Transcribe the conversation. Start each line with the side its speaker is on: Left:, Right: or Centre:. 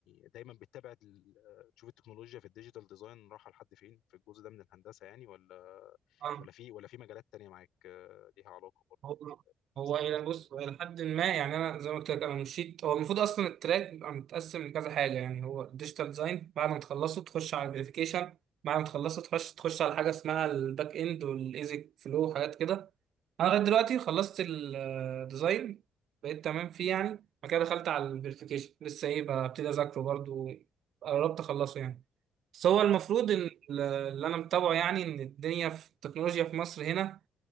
Left: دايما بتتابع ال- آه، تشوف التكنولوجيا في الديجيتال ديزاين رايحه لحد فين في الجزء ده من الهندسه يعني ولا
Right: اه
Left: ولا في ولا في مجالات تانية معاك آه، ليها علاقه برضه
Right: هو
Left: بنفس
Right: هو
Left: الباز
Right: الى
Left: ده
Right: بص هو الى حد ما يعني انا زي ما قلت لك انا مشيت هو المفروض اصلا التراك بيبقى متقسم لكذا حاجه يعني هو ديجيتال ديزاين بعد ما تخلصه تخش على الفيريفيكيشن بعد ما تخلصه تخش تخش على حاجه اسمها الباك اند والايزك فلو وحاجات كده انا لغايه دلوقتي خلصت الديزاين بقيت تمام فيه يعني بعد كده دخلت على الفيريفيكيشن لسه ايه ببتدي اذاكره برضو قربت اخلصه يعني بس هو المفروض
Left: بس
Right: ان ال- اللي انا متابعه يعني ان الدنيا في التكنولوجيا في مصر هنا